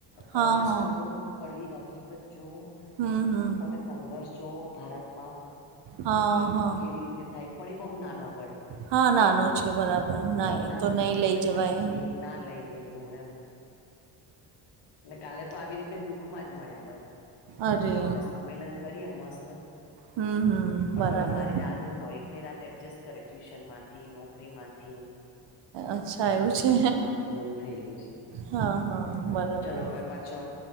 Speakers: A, on the right; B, on the left.
A: હા
B: કડવાસ
A: હા
B: જોવો. કડવી હકીકત જોવો.
A: હમ
B: એમ
A: હમ
B: તમે સંઘર્ષ જોવો ભારતમાં
A: હા
B: કે કેવું
A: હા
B: કેવી રીતે થાય. પણ એ બહુ નાનો પડે.
A: હા નાનો છે બરાબર. ના
B: બહુ
A: એતો
B: નાનો
A: નઈ
B: છે એટલે
A: લઈ જવાય.
B: પછી ના લઈ ગઈ હું એમ. અને કાલે તો આવી રીતે દુઃખ માં જ મળ્યા બધા.
A: અરે
B: ન તો અમે સંમેલન કરીએ મસ્ત,
A: હમ હમ
B: પણ
A: બરાબર.
B: બધા મારી રાહ જોતા હોય. એક બે રાત એડજસ્ટ કરે ટ્યુશનમાં-' થી, નોકરીમાંથી
A: અચ્છા એવું છે
B: હા એવું થઈ ગયું છે.
A: હા હા.
B: હમ
A: બરાબર
B: ચલો હવે પાછો